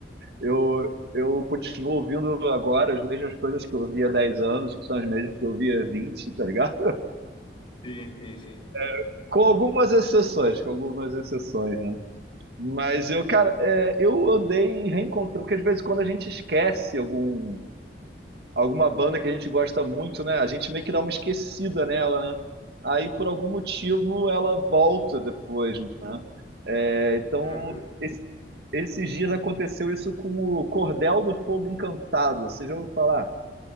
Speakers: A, on the right; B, on the left.
A: eu, eu continuo ouvindo agora as mesmas coisas que eu ouvia há 10 anos, que são as mesmas que eu ouvia há 20, tá ligado?
B: Sim, sim, sim.
A: <laughs> Com algumas exceções, com algumas exceções, né? Mas eu, cara, é, eu andei reencontrando, porque de vez em quando a gente esquece algum alguma banda que a gente gosta muito, né? A gente meio que dá uma esquecida nela, né? Aí, por algum motivo, ela volta depois. né? É, então,
B: Eu-
A: esse- esses dias aconteceu isso com o Cordel do Fogo Encantado. Você já ouviu falar?